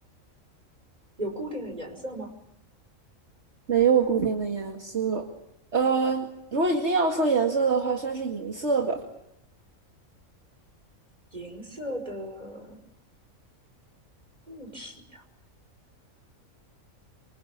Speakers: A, on the right; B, on the right.
A: 有固定的颜色吗？
B: 没有固定的颜色。呃，如果一定要说颜色的话，算是银色吧。
A: 银色的物体，